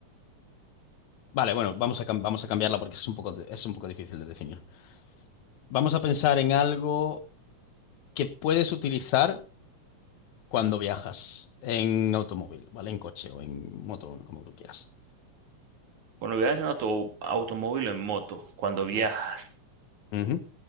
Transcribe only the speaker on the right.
Cuando viajas en auto, automóvil o en moto, cuando viajas,